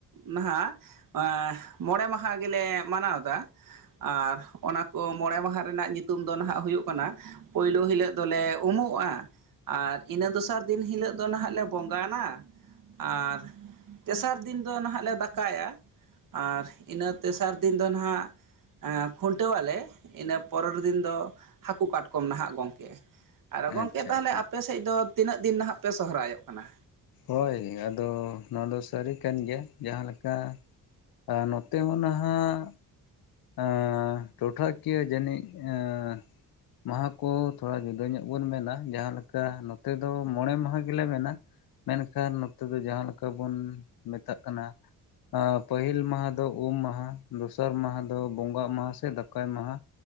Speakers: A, on the right (about 60°); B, on the left (about 75°).
A: ᱱᱟᱦᱟᱜ ᱮᱸᱻ ᱢᱚᱬᱮ ᱢᱟᱦᱟ ᱜᱮᱞᱮ ᱢᱟᱱᱟᱣᱫᱟ᱾ ᱟᱨ ᱚᱱᱟ ᱠᱚ ᱢᱚᱬᱮ ᱢᱟᱦᱟ ᱨᱮᱱᱟᱜ ᱧᱩᱛᱩᱢ ᱫᱚ ᱱᱟᱦᱟᱜ ᱦᱩᱭᱩᱜ ᱠᱟᱱᱟ, ᱯᱩᱭᱞᱩ ᱦᱤᱞᱳᱜ ᱫᱚᱞᱮ ᱩᱢᱩᱜᱼᱟ, ᱟᱨ ᱤᱱᱟᱹ ᱫᱚᱥᱟᱨ ᱫᱤᱱ ᱦᱤᱞᱳᱜ ᱫᱚ ᱱᱟᱦᱟᱜ ᱞᱮ ᱵᱚᱸᱜᱟᱱᱟ, ᱟᱨ ᱛᱮᱥᱟᱨ ᱫᱤᱱ ᱫᱚ ᱱᱟᱦᱟᱜ ᱞᱮ ᱫᱟᱠᱟᱭᱟ, ᱟᱨ ᱤᱱᱟᱹ ᱛᱮᱥᱟᱨ ᱫᱤᱱ ᱫᱚ ᱱᱟᱦᱟᱜ ᱮᱸ ᱠᱷᱩᱱᱴᱟᱹᱣᱟᱞᱮ, ᱤᱱᱟᱹ ᱯᱚᱨᱮᱨ ᱫᱤᱱ ᱫᱚ ᱦᱟᱹᱠᱩ ᱠᱟᱴᱠᱚᱢ ᱱᱟᱦᱟᱜ ᱜᱚᱝᱠᱮ ᱾ ᱟᱨ
B: ᱟᱪᱪᱷᱟ
A: ᱜᱚᱝᱠᱮ ᱛᱟᱦᱚᱞᱮ
B: ᱟᱪᱪᱷᱟ
A: ᱟᱯᱮ ᱥᱮᱫ ᱫᱚ ᱛᱤᱱᱟᱹᱜ ᱫᱤᱱ ᱱᱟᱦᱟᱜ ᱯᱮ ᱥᱚᱦᱚᱨᱟᱭᱚᱜ ᱠᱟᱱᱟ?
B: ᱦᱳᱭ, ᱟᱫᱚ ᱱᱚᱣᱟ ᱫᱚ ᱥᱟᱹᱨᱤ ᱠᱟᱱ ᱜᱮᱭᱟ ᱡᱟᱦᱟᱸ ᱞᱮᱠᱟ ᱟᱨ ᱱᱚᱛᱮ ᱢᱟ ᱱᱟᱦᱟᱜ ᱮᱸ ᱴᱚᱴᱷᱟ ᱠᱤᱭᱟᱹ ᱡᱟᱹᱱᱤᱡ ᱮᱸᱻ ᱢᱟᱦᱟ ᱠᱚ ᱛᱷᱚᱲᱟ ᱡᱩᱫᱟᱹ ᱧᱚᱜ ᱵᱚᱱ ᱢᱮᱱᱟ ᱡᱟᱦᱟᱸ ᱞᱮᱠᱟ ᱱᱚᱛᱮ ᱫᱚ ᱢᱚᱬᱮ ᱢᱟᱦᱟ ᱜᱮᱞᱮ ᱢᱮᱱᱟ᱾ ᱢᱮᱱᱠᱷᱟᱱ ᱱᱚᱛᱮ ᱫᱚ ᱡᱟᱦᱟᱸ ᱞᱮᱠᱟ ᱵᱚᱱ ᱢᱮᱛᱟᱜ ᱠᱟᱱᱟ, ᱟᱸᱻ ᱯᱟᱹᱦᱤᱞ ᱢᱟᱦᱟ ᱫᱚ ᱩᱢ ᱢᱟᱦᱟ, ᱫᱚᱥᱟᱨ ᱢᱟᱦᱟ ᱫᱚ ᱵᱚᱸᱜᱟᱜ ᱢᱟᱦᱟ ᱥᱮ ᱫᱟᱠᱟᱭ ᱢᱟᱦᱟ,